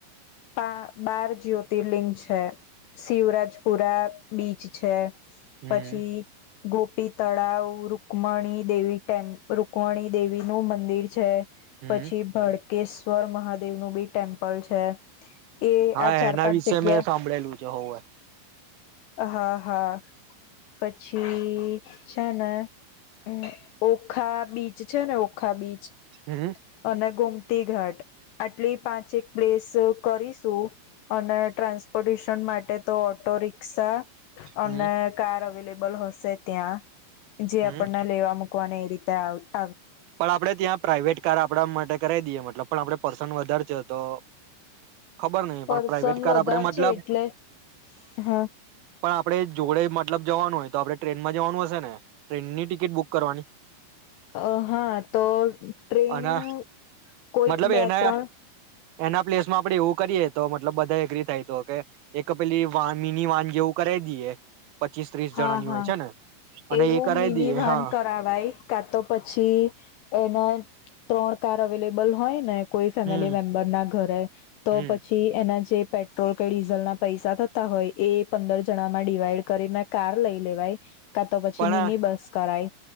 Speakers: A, on the left; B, on the right.
A: પા બાર જ્યોતિર્લિંગ છે. શિવરાજપુરા બીચ છે.
B: હમ
A: પછી. ગોપી તળાવ, રુકમણી દેવી ટેમ્પ રુકમણી દેવી નું મંદિર છે.
B: હમ
A: પછી ભડ કેશ્વર મહાદેવ નું બી ટેમ્પલ છે. એ
B: હા
A: આ ચાર
B: એના
A: પાંચ
B: વિશે
A: જગ્યા
B: મેં સાંભળેલું છે હોવે.
A: હા, હા, પછી છે નેમ ઓખા બીચ છે ને ઓખા બીચ
B: હમ
A: અને ગોમ તી ઘાટ આટલી પાંચ એક પ્લેસ કરીશું અને ટ્રાન્સપોર્ટેશન માટે તો ઓટો રિક
B: હમ
A: અને કાર અવેલેબલ હશે ત્યાં જે
B: હમ
A: આપણને લેવા મુૂકવાની તા
B: પણ આપડે ત્યાં પ્રાાઈવેટ કાર આપણા માટે કરાવ દઈએ મતલબ પણ આપડે પર્સન વધારે છે તો ખબર નહિ
A: પર્સન
B: પણ પ્રાઇવેટ કાર
A: વધારે
B: આપડે મતલબ
A: છે એટલે હા
B: પણ આપણે જોડે મતલબ જવાનું હોય તો આપણે ટ્રેનમાં જવાનું હશે ને ટ્રેનની ટિકિટ બુક કરવાની
A: અ હા, તો ટ્રેન
B: અને
A: કોઈક
B: મતલબ
A: બે,
B: એના
A: ત્રણ
B: એના પ્લેસમાં આપડે એવું કરીએ તો મતલબ બધા એગ્રી થાય તો કે એક પેલી વાન મિની વાન જેવું કરાવી દઈએ પચીસ ત્રીસ
A: હા,
B: જણાની
A: હા,
B: હોય છે ને અને
A: એવું
B: એ કરાવી
A: મિની
B: દઈએ
A: વાન
B: હા
A: કરાવાય કા તો પ પછી એના ત્રણ કાર અવેલેબલ હોય ને કોઈ ફેમિલી
B: હમ
A: મેમ્બર ના ઘરે તો
B: હમ
A: પછી એના જે પેટ્રોલ કે ડીઝલ ના પૈસા થતા હોય એ પંદર જણા માં ડિવાઈડ કરી ના કાર લઈ લેવાય કા તો પછી
B: પણ
A: મિની બસ કરાય